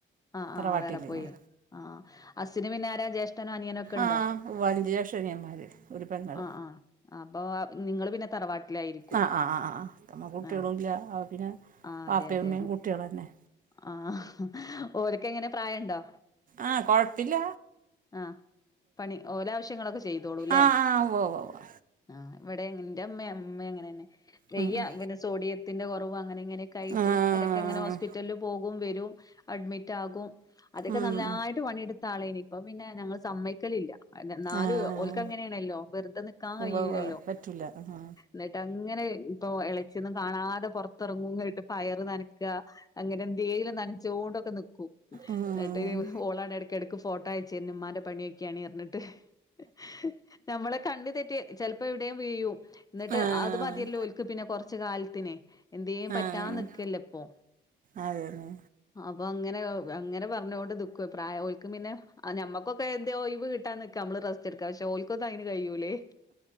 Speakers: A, on the left (about 20°); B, on the right (about 45°).
A: ആ് ആഹ്
B: തറവാട്ടില്
A: വേറെ പോയി
B: ഞാൻ
A: ആഹ് അസ്സിനു പിന്നാര ജ്യേഷ്ഠനോ അനിയനൊക്കെ ഉണ്ടോ
B: ആഹ് അഞ്ച് ജേഷ്ഠ്യൻന്മാർഒരു പെങ്ങൾ
A: ആഹ് ആഹ് അപ്പൊ നിങ്ങള് പിന്നെ തറവാട്ടിലായിരിക്കും
B: ആഹ് ആഹ് ആഹ് ആഹ് നമ്മ കുട്ടികളുല്ല
A: ആഹ
B: അപ്പ പിന്നെ
A: ആഹ്
B: വാപ്പയും
A: അതെ അതെ
B: ഉമ്മയും കുട്ടികളന്നെ
A: ആഹ് ഓൽക്കെ ങ്ങനെ പ്രായണ്ടോ
B: ആഹ് കൊഴപ്പില്ല
A: ആഹ് പണി ഓലെ ആവശ്യങ്ങളൊക്കെ ചെയ്തോളൂല്ലേ
B: ആഹ് ആഹ് ഉവ്വോ ഉവ്വ്
A: ആഹ് ഇവടേം ന്റെ മ്മേം മ്മേം അങ്ങനെ ന്നെ വെയ്യ
B: ഉം ഉം
A: പിന്നെ സോഡിയ ത്തിന്റെ കൊറവും അങ്ങനെ ങ്ങനെക്കെ ആയിറ്റ്
B: ആഹ്
A: എടക്ക ങ്ങനെ ഹോസ്പിറ്റലില് പോകും വെരും അഡ്മിറ്റാകും അത്യോക്കെ
B: ഉം
A: നന്നായിട്ട് പണിയെടുത്ത ആളേന് ഇപ്പ പിന്നെ ഞങ്ങള് സമ്മയ്ക്കലില്ല ന്നാലും
B: ആഹ്
A: ഓൽക്ക ങ്ങനേണല്ലോ വെർതെ നിക്കാൻ കഴൂലല്ലോ
B: ഉവ്വ് ഉവ്വ് പറ്റൂല ആഹ്
A: ന്ന്ട്ട അങ്ങനെ ഇപ്പൊ എളച്യോന്നും കാണാതെ പൊർത്തെർങ്ങും ങ്ങട്ട് പയർ നനക്കാ അങ്ങനെ എന്തേലും നനച്ചോണ്ടൊ ക്കെ ന്ക്കും
B: ഉം
A: ന്ന്ട്ട് ഓളാണ് എടക്കെടക്ക് ഫോട്ടോ അയച്ചെര്ണു മ്മാന്റെ പണ്യോക്ക്യാണീം പർഞ്ഞിട്ട് <unintelligible> നമ്മളെ കണ്ട് ന്ന്റ്റ് ചെൽപ്പോ എവടേയും വീയ്യും ന്ന്ട്ട്
B: ആഹ്
A: അത് മത്യേല്ലോ ഓൽക്ക് പിന്നെ കൊർച്ച് കാലത്തിന് എന്തേം പറ്റാ
B: ആഹ്
A: നിക്കല്ല പ്പൊ
B: അതേല്ലേ
A: അപ്പൊ അങ്ങനെ അങ്ങനെ പറഞ്ഞോണ്ട് ന്ക്കൊയ് പ്രായോൽക്ക് പിന്നെ നമ്മക്കൊക്കെ എന്തേ ഒയ്വ്വ് കിട്ടാൻ നി നമ്മള് റസ്റ്റ് എടുക്കാ പക്ഷെ ഓൽക്കൊന്നയ് ന് കഴിയൂല്ലേ